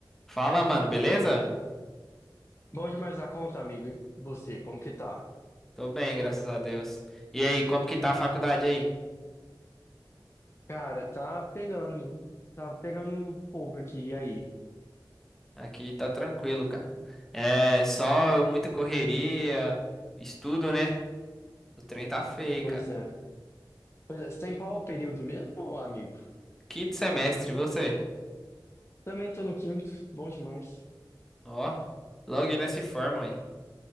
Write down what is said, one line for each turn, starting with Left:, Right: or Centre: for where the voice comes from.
Centre: Fala, mano, beleza?
Left: Bom demais da conta, amigo. E você, como que tá?
Centre: Tô bem, graças a Deus. E aí, como que tá a faculdade aí?
Left: Cara, tá pegando, tá pegando fogo aqui, e aí?
Centre: Aqui tá tranquilo, cara. É só muita correria, estudo, né? O trem tá feio,
Left: Pois
Centre: cara.
Left: é. Pois é, você tá em qual período mesmo, amigo?
Centre: Quinto semestre, você?
Left: Também tô no quinto, bom demais.
Centre: Ó, logo nesse forma aí.